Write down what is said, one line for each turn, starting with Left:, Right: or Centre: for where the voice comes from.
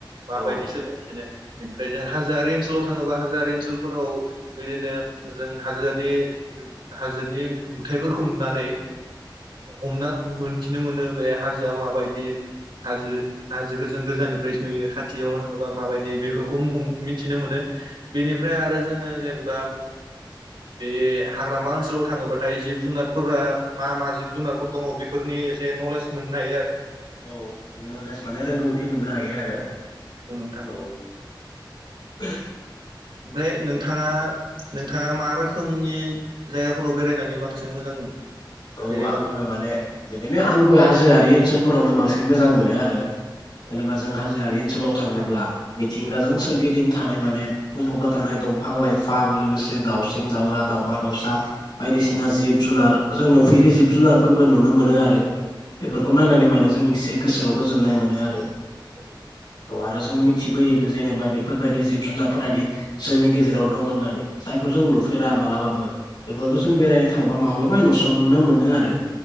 Right: माबायदिसो
Left: औ
Right: बिदिनो। बेनिफ्राय जों हाजोआरि ओनसोलाव थाङोबा हाजोआरि ओनसोलफोराव बिदिनो जों हाजोनि हाजोनि नुथाइफोरखौ नुनानै हमना मोननथिनो मोनो बे हाजोआ माबायदि। हाजो हाजोखो जों गोजाननिफ्रायसो नुयो खाथियाव थाङोबा माबायदि बेफोरखौ मिन्थिनो मोनो। बेनिफ्राय आरो जोङो जेनेबा बे हाग्रामा ओनसोलाव थाङोबाथाय जिब जुनारफोरा मा मा जिब जुनारफोर दङ बेफोरनि एसे नलेज मोननो हायो आरो। बिदिनो।
Left: औ नलेज माने रोंगौथि मोननो हायो। बिदि आरो
Right: औ नोंथां
Left: औ। <inaudible>
Right: ओमफ्राय नोंथाङा नोंथाङा मा रोखोमनि जायगाफोराव बेरायनानै बांसिन मोजां मोनो?
Left: औ
Right: जेरैबा
Left: आङो माने बिदिनो आंबो हाजोआरि ओनसोल फोरावनो बांसिन मोजां मोनो आरो। जेनेबा
Right: औ नंगौ
Left: जों हाजोआरि ओनसोलाव थाङोब्ला। मिथिंगाजों
Right: औ
Left: सोरगिदिं थानाय माने बुंफबना थानाय दंफां लाइफां लोगोसे दाउसिम दाउला दावमा दाउसा बायदिसिना जिब जुनार जों नुफेरि जिब जुनारफोरबो नुनो मोनो आरो। बेफोरखौ
Right: औ नंगौ
Left: नायनानै
Right: नोंथां
Left: माने जों एसे गोसोआव गोजोननाय मोनो आरो।
Right: औ।
Left: औ आरो जों मिथिबोयोबो जेनेबा बेफोरबायदि जिब जुनारफोरादि जोंनि गेजेराव दं होननानै। जायखौ जों नुफेरा
Right: औ
Left: मालाबाबो
Right: नंगौ
Left: बेफोरखौ जों बेरायनो थांबा माब्लाबा नु सननो मोनो आरो।